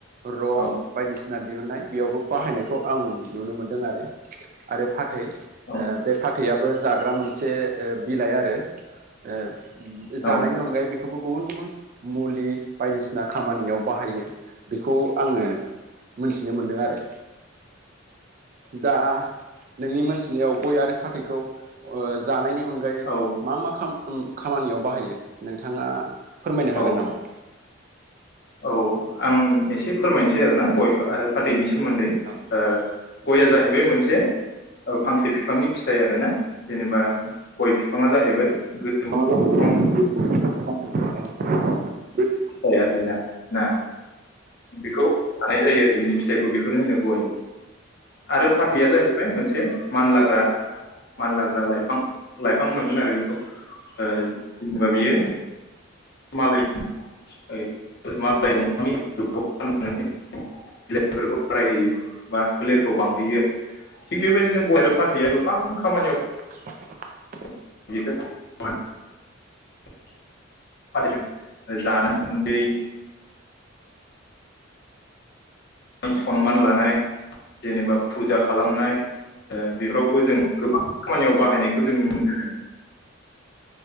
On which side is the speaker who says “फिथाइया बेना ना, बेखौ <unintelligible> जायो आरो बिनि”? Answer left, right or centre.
Left